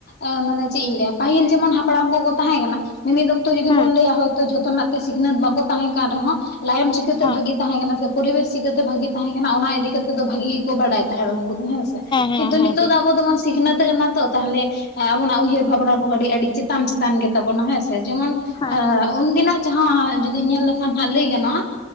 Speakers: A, on the left; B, on the left.
A: ᱮᱸ ᱢᱟᱱᱮ ᱪᱮᱫ ᱤᱧ ᱞᱟᱹᱭᱟ ᱯᱟᱹᱦᱤᱞ ᱡᱮᱢᱚᱱ ᱦᱟᱯᱲᱟᱢ ᱠᱚᱠᱚ ᱛᱟᱦᱮᱸ ᱠᱟᱱᱟ ᱢᱤᱢᱤᱫ ᱚᱠᱛᱚ ᱡᱩᱫᱤ
B: ᱦᱮᱸ
A: ᱵᱚᱱ ᱞᱟᱹᱭᱟ ᱦᱚᱭᱛᱚ ᱡᱚᱛᱚᱱᱟᱜ ᱛᱮ ᱥᱤᱠᱷᱹᱱᱟᱛ ᱵᱟᱠᱚ ᱛᱟᱦᱮᱸ ᱠᱟᱱ ᱨᱮᱦᱚᱸ ᱞᱟᱭᱟᱢ ᱪᱤᱠᱟᱹᱛᱮ
B: ᱦᱮᱸ
A: ᱵᱷᱟᱹᱜᱤ ᱛᱟᱦᱮᱸ ᱠᱟᱱᱟ ᱥᱮ ᱯᱚᱨᱤᱵᱮᱥ ᱪᱤᱠᱟᱹᱛᱮ ᱛᱟᱦᱮᱠᱟᱱᱟᱥᱮ ᱯᱚᱨᱤᱵᱮᱥ ᱪᱤᱠᱟᱹᱛᱮ ᱵᱷᱟᱹᱜᱤ ᱛᱟᱦᱮᱸ ᱠᱟᱱᱟ ᱚᱱᱟ ᱤᱫᱤ ᱠᱟᱛᱮ ᱫᱚ ᱵᱷᱟᱹᱜᱤ ᱜᱮᱠᱚ ᱵᱟᱰᱟᱭ ᱛᱟᱦᱮᱸᱫ ᱩᱱᱠᱩ ᱫᱚ ᱦᱮᱸ
B: ᱦᱮᱸ
A: ᱠᱤᱱᱫᱚ
B: ᱦᱮᱸ
A: ᱱᱤᱛ
B: ᱫᱤ
A: ᱟᱵᱚ ᱫᱚᱵᱚᱱ ᱥᱤᱠᱷᱱᱟᱹᱛ ᱠᱟᱱᱟ ᱛᱚ ᱛᱟᱦᱚᱞᱮ ᱟᱵᱚᱱᱟᱜ ᱩᱭᱦᱟᱹᱨ ᱵᱷᱟᱵᱱᱟ ᱠᱚ ᱠᱟᱹᱴᱤᱡ ᱟᱹᱰᱤ ᱪᱮᱛᱟᱱ ᱪᱮᱛᱟᱱ ᱜᱮ ᱛᱟᱵᱚᱱᱟ ᱦᱮᱸ ᱡᱮᱢᱚᱱ
B: ᱦᱮᱸ
A: ᱩᱱᱫᱤᱱᱟᱜ ᱡᱟᱦᱟᱸ ᱡᱩᱫᱤ ᱧᱮᱞ ᱞᱮᱠᱷᱟᱱ ᱦᱟᱸᱜ ᱞᱟᱹᱭ ᱜᱟᱱᱚᱜᱼᱟ